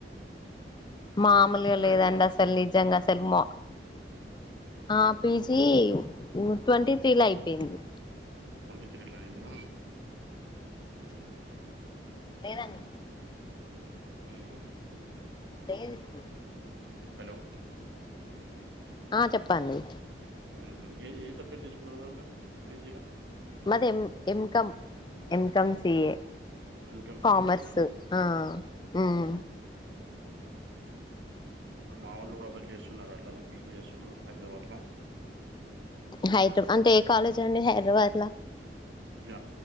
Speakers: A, on the left (about 25°); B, on the right (about 85°).
A: మామూలుగా
B: ఎప్పుడైంది
A: లేదండి
B: మేడం
A: అసలు
B: ఇది పీజీ
A: నిజంగా అసలు మా ఆ పీ జీ ట్వంటీ త్రీ ల అయిపోయింది.
B: ట్వంటీ త్రీ ల అయ్యింద మేడమ్?
A: లేదండి
B: ఉమ్
A: లేదు ఇప్పుడు
B: హలో
A: ఆ చెప్పండి.
B: ఉహు ఏ ఏ సబ్జెక్ట్ తీసుకున్నారు మేడం మీరు పీ జీలో?
A: మాది M ఎంకమ్ ఎంకమ్ C A
B: MCom
A: కామర్స్
B: C చేసారా
A: ఆ ఉమ్
B: ఇప్పుడు మా వాళ్ళు గుడా ఒకళ్ళు చేస్తున్నారు, అట్లనే పీ జీ చేస్తున్నారు హైదరాబాద్ ల.
A: హైదర అంటే ఏ కాలేజ్ అండి హైదరాబాద్ ల?
B: జ